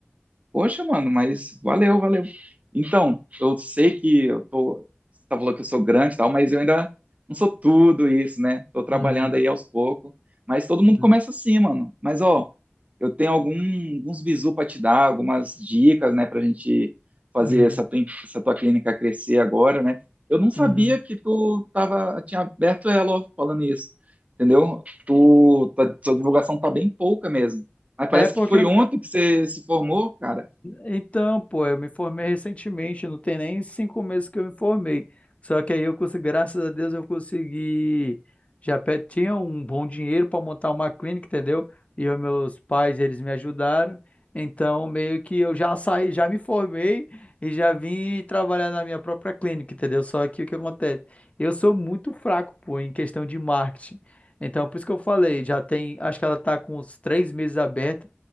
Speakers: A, on the right; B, on the left.
A: Poxa, mano, mas valeu, valeu. Então, eu sei que eu tô. Você tá falando que eu sou grande e tal, mas eu ainda não sou tudo isso, né? Tô trabalhando
B: Uhum,
A: aí aos poucos. Mas todo mundo
B: uhum,
A: começa assim, mano. Mas, ó, eu tenho algum, alguns bizu pra te dar, algumas dicas, né, pra gente fazer
B: uhum,
A: essa tua, essa tua clínica crescer agora, né? Eu não sabia
B: uhum.
A: que tu tava, tinha aberto ela, ó, falando isso. Entendeu? Tu, tua, tua divulgação tá bem pouca mesmo. Mas parece
B: É
A: que
B: porque
A: foi
B: é
A: ontem que você se formou, cara.
B: Então, pô, eu me formei recentemente, não tem nem cinco meses que eu me formei. Só que aí eu consegui, graças a Deus, eu consegui. Já pe- tinha um bom dinheiro para montar uma clínica, entendeu? E os meus pais, eles me ajudaram. Então, meio que eu já saí, já me formei e já vim trabalhar na minha própria clínica, entendeu? Só que o que acontece? Eu sou muito fraco, pô, em questão de marketing. Então, por isso que eu falei, já tem, acho que ela tá com uns três meses aberta.